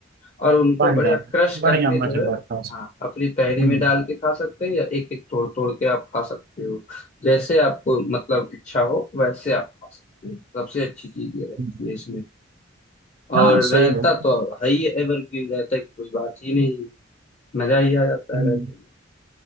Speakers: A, on the left (about 35°); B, on the right (about 50°).
A: और उनको
B: पानी
A: बढ़िया
B: डाल
A: क्रश
B: के। बढ़िया
A: करके
B: मजेदार
A: जो है
B: था उसमें।
A: हाँ अपनी तहरी में
B: हम्म
A: डाल के खा सकते हैं या एक एक तोड़ तोड़ के आप खा सकते हो जैसे आपको मतलब इच्छा हो वैसे आप खा सकते हो सबसे अच्छी चीज ये रहती
B: हम्म,
A: है इसमें और
B: हाँ सही
A: रायता
B: है
A: तो है ही एवरग्रीन रायता की कोई बात ही नहीं है मजा ही आ जाता
B: हम्म,
A: है रायते में